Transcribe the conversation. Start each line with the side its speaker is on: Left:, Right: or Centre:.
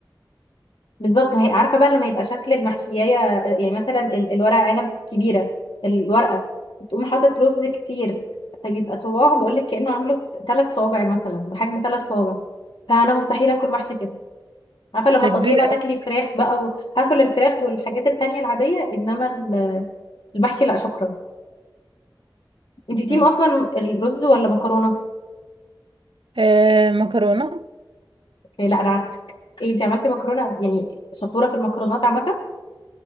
Left: بالظبط هي عارفه بقى لما يبقى شكل المحشيه يعني مثلا ال- الورقه عنب كبيره الورقه تقوم حاطط رز كتير فبيبقى صواع بقول لك كانه عامله ثلاث صوابع مثلا بحجم ثلاث صوابع فانا مستحيل اكل محشي كده عارفه لما
Right: ده
Left: تقضيه
Right: كبير
Left: بقى
Right: أوي.
Left: تاكلي فراخ بقى وهاكل الفراخ والحاجات التانية العاديه انما ال- المحشي لا شكرا انت تيم
Right: اوكي
Left: اصلا الرز ولا مكرونه
Right: آه مكرونة
Left: إيه، لا انا عكسك ايه انت عملتي مكرونه يعني شطوره في المكرونات عامه